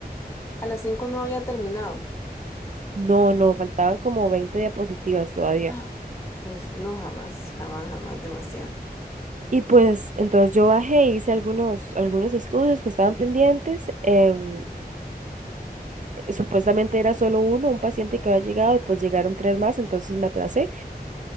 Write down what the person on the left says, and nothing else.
A las cinco no había terminado.
<gasps> Es- No, jamás, jamás, jamás, demasiado.